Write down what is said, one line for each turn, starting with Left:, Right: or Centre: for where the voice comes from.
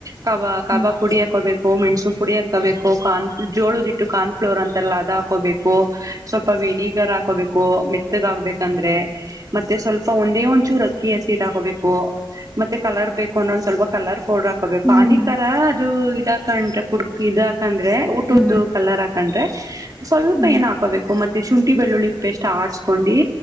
Right: ಕಬಾ ಕಬಾಬ್
Centre: ಹ್ಮ್
Right: ಪುಡಿ ಹಾಕೋಬೇಕ ಹ ಮೆಣಸುನ್ ಪುಡಿ ಹಾಕೋಬೇಕು ಕಾರ್ನ್ ಜೋಳದ ಇಟ್ಟು ಕಾರ್ನ್ ಫ್ಲೋರ್ ಅಂತೆ ಎಲ್ಲ ಅದ ಹಾಕೋಬೇಕು ಸ್ವಲ್ಪ ವನಿಗರ್ ಹಾಕೋಬೇಕು ಮೆತ್ತಗಾಗಗ್ಬೇಕು <unintelligible> ಯಂದ್ರೆ ಮತ್ತೆ ಸ್ವಲ್ಪ ಒಂದೇ ಒಂದ್ಚೂರಕ್ಕಿ ಹಸಿಟ್ಕೋಬೇಕು ಮತ್ತೆ ಕಲರ್ ಬೇಕು <unintelligible> ಸ್ವಲ್ಪ ಕಲರ್ ಪೌಡ್ರ ಹಾಕೋಬೇಕು
Centre: ಹ್ಮ್
Right: ಪಾನಿಕರ ಅದು ಇದಾಕಂಡ್ರೆ ಕುುಡ್ಕ ಇದ ಹಾಕಂದ್ರೆ ಊಟದ್ದು
Centre: ಹ್ಮ್
Right: ಕಲರ್ ಹಾಕ್ <unintelligible> ಸ್ವಲ್ಪ
Centre: ಹ್ಮ್
Right: ಏನ್ ಹಾಕೋಬೇಕು ಮತ್ತೆ ಶುಂಠಿ ಬೆಳ್ಳುಳ್ಳಿ ಪೇಸ್ಟ್ ಆಡ್ಸ್ಕೊಂಡಿ